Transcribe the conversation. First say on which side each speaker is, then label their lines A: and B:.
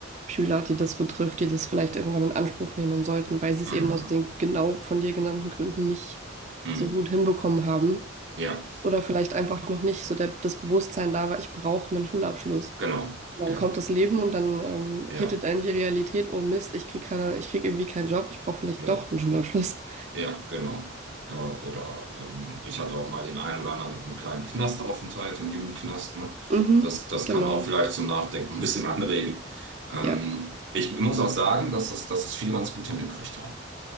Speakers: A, on the right; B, on the right.
A: Schüler, die das betrifft, die das vielleicht irgendwann in Anspruch nehmen sollten, weil sie es
B: Mhm.
A: eben aus den genau von dir genannten Gründen nicht
B: Mhm.
A: so gut hinbekommen haben.
B: Ja,
A: Oder vielleicht einfach noch nicht so der, das Bewusstsein da war, ich brauche einen Schulabschluss.
B: genau.
A: Und dann
B: Ja,
A: kommt das Leben und dann ähm,
B: ja,
A: hittet einen die Realität, oh Mist, ich krieg keine, ich krieg irgendwie keinen Job, ich brauche vielleicht
B: ja.
A: doch einen Schulabschluss.
B: Ja, genau. Äh, oder ähm, ich hatte auch mal den einen oder anderen mit einem kleinen Knastaufenthalt im Jugendknast. Ne?
A: Mhm,
B: Das, das
A: genau.
B: kann auch vielleicht zum Nachdenken ein bisschen <laughs> anregen. Ähm,
A: Ja,
B: ich muss auch sagen, dass das, dass das viele ganz gut hingekriegt haben.